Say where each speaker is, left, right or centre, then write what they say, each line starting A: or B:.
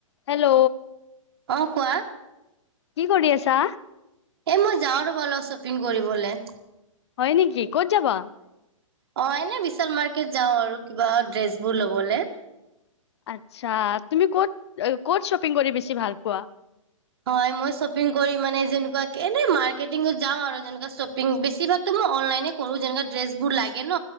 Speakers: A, on the left; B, on the right.
A: Hello.
B: অ কোৱা।
A: কি কৰি আছা?
B: এ মই যাওঁ ৰবা অলপ শ্বপিং কৰিবলৈ
A: হয় নেকি? ক'ত যাবা?
B: অ এনে বিশাল মাৰ্কেট যাও আৰু কিবা ড্ৰেচ বোৰ লবলে।
A: আচ্ছা তুমি ক'ত ক'ত শ্বপিং কৰি বেছি ভাল পোৱা।
B: হয় মই শ্বপিং কৰি মানে যেনেকুৱা এনে মাৰ্কটিঙত যাও আৰু যেনেকুৱা শ্বপিং বেছিভাগতো মই অনলাইনে কৰো যেনেকুৱা ড্ৰেছবোৰ লাগে ন।